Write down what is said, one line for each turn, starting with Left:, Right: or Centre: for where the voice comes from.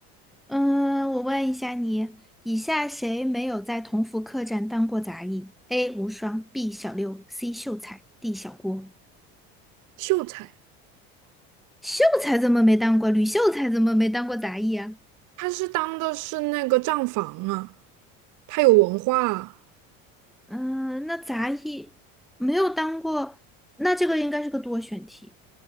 Centre: 嗯，我问一下你，以下谁没有在同福客栈当过杂役？A. 无双，B. 小六，C. 秀才，D. 小郭。
Right: 秀才，
Centre: 秀才怎么没当过？吕秀才怎么没当过杂役啊？
Right: 他是当的是那个账房啊，他有文化啊。
Centre: 嗯，那杂役没有当过，那这个应该是个多选题。